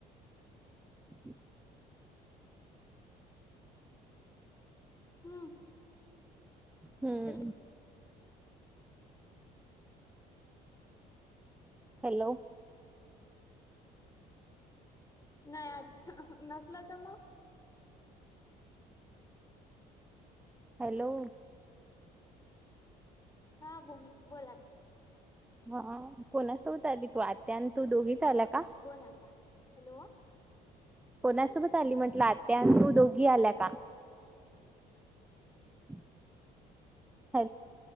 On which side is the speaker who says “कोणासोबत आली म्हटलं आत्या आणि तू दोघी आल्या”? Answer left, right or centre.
Centre